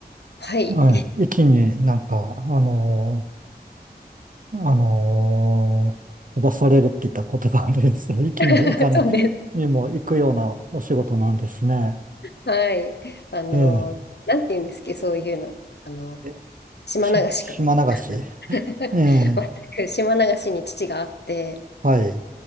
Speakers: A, on the left; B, on the right.
A: はい。
B: はい、一気になんか、あのーあのー飛ばされるって言ったら言葉あれですけど、一気に行かない
A: <laughs> そうです。
B: にも行くようなお仕事なんですね。
A: はい。あの、
B: ええ。
A: なんて言うんですっけ、そういうの。あの、
B: え
A: 島流しか。
B: し島流し。え
A: <laughs> 全く島流しに父があって、
B: え。はい、